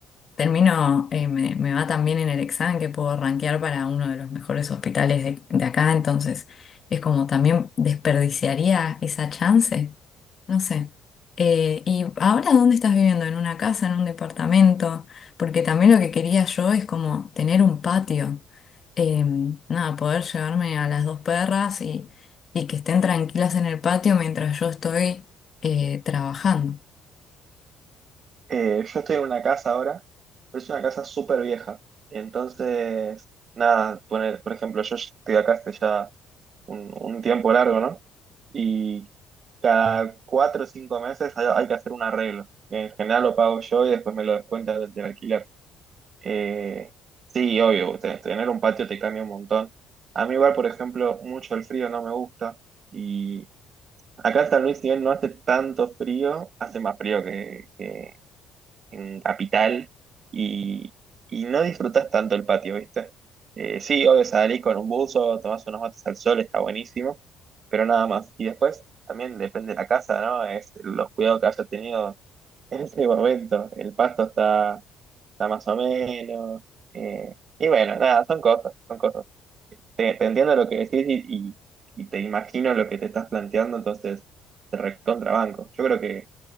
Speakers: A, on the left; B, on the right.
A: termino, eh, me, me va también en el examen que puedo rankear para uno de los mejores hospitales de, de acá, entonces es como también desperdiciaría esa chance. No sé. Eh, ¿y ahora dónde estás viviendo? ¿En una casa, en un departamento? Porque también lo que quería yo es como tener un patio. Eh, nada, poder llevarme a las dos perras y, y que estén tranquilas en el patio mientras yo estoy eh, trabajando.
B: Eh, yo estoy en una casa ahora, pero es una casa súper vieja. Entonces, nada, poner, por ejemplo, yo estoy acá hace ya un, un tiempo largo, ¿no? Y cada cuatro o cinco meses hay, hay que hacer un arreglo. que En general lo pago yo y después me lo descuentan del del alquiler. Eh, sí, obvio, te- tener un patio te cambia un montón. A mí igual, por ejemplo, mucho el frío no me gusta y acá en San Luis, si bien no hace tanto frío, hace más frío que, que en Capital y, y no disfrutas tanto el patio, ¿viste? Eh, sí, obvio, salís con un buzo, tomás unos mates al sol, está buenísimo, pero nada más. Y después también depende de la casa, ¿no? Es los cuidados que haya tenido en ese momento. El pasto está está más o menos. eh, y bueno, nada, son cosas, son cosas. Te, te entiendo lo que decís y, y- y te imagino lo que te estás planteando, entonces te recontrabanco. Yo creo que